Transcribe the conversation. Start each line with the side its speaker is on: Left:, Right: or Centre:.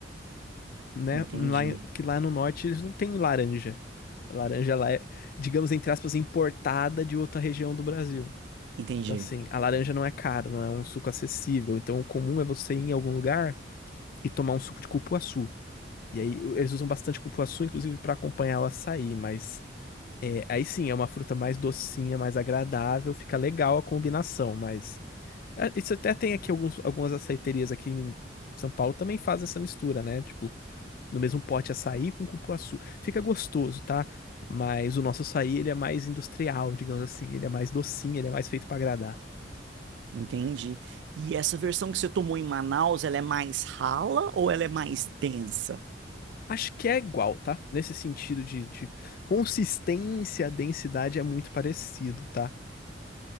Left: né?
Right: Entendi.
Left: Lá, em- porque lá no norte eles não têm laranja. A laranja lá é, digamos, entre aspas, importada de outra região do Brasil.
Right: Entendi.
Left: Então, assim, a laranja não é cara, não é um suco acessível. Então, o comum é você ir em algum lugar e tomar um suco de cupuaçu. E aí o- eles usam bastante cupuaçu, inclusive, para acompanhar o açaí, mas é, aí sim, é uma fruta mais docinha, mais agradável, fica legal a combinação, mas. É, Isso até tem aqui alguns, algumas açaiterias aqui em São Paulo também fazem essa mistura, né? Tipo, no mesmo pote açaí com cupuaçu. Fica gostoso, tá? Mas o nosso açaí, ele é mais industrial, digamos assim. Ele é mais docinho, ele é mais feito pra agradar.
Right: Entendi. E essa versão que você tomou em Manaus, ela é mais rala ou ela é mais densa?
Left: Acho que é igual, tá? Nesse sentido de, de consistência, densidade é muito parecido, tá?